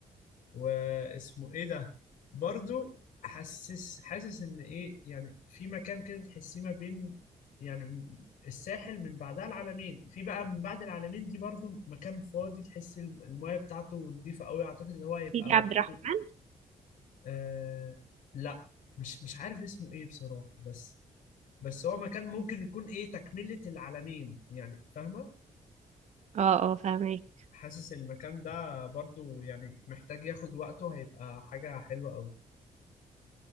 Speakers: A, on the left; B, on the right.
A: واسمه ايه ده برضو حاسس حاسس ان ايه يعني في مكان كده تحسيه ما بين يعني الساحل من بعدها العلمين في بقى من بعد العلمين دي برضو مكان فاضي تحس الم- المايه بتاعته نضيفة قوي اعتقد اللي هو هيبقى
B: سيدي عبد
A: برضو
B: الرحمن
A: آه لا مش مش عارف اسمه ايه بصراحة بس بس هو مكان ممكن يكون ايه تكملة العلمين يعني فاهمة
B: اه اه فاهمك
A: حاسس المكان ده برضو يعني محتاج ياخد وقته هيبقى حاجة حلوة قوي